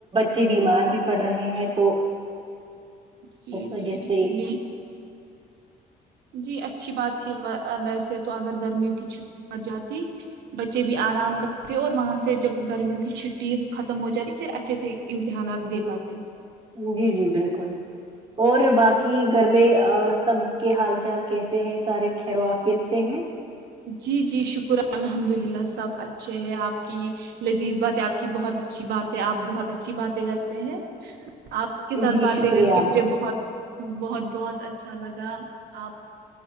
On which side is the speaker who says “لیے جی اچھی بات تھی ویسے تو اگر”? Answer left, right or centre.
Right